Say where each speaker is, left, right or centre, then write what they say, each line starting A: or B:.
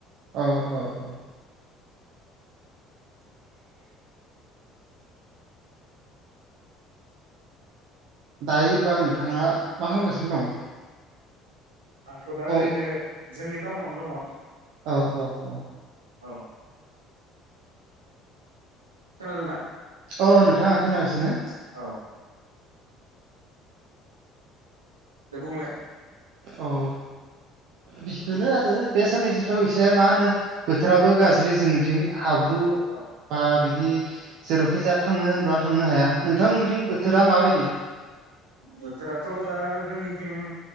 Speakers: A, on the right; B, on the right.
A: औ औ औ दायो होमबा नोंथाङा मा खालामसिनो दं?
B: आंथ' दा
A: औ
B: ओरैनो जोंनि टाउनावनो दङ
A: औ औ औ
B: औ खोनादोंना
A: अ नोंथाङा खोनागासिनो न
B: औ दे बुंलाय
A: औ बेसो आरो बे साननैसोथ' एसे मा होनो बोथोराबो गाज्रि जोंनिथिं हाब्रु
B: औ
A: बा बिदि जेरावखि जाया थांनो होनबा थांनो हाया नोंथांमोनथिं
B: औ
A: बोथोरा माबायदि
B: बोथोराथ' दा जोंनिथिं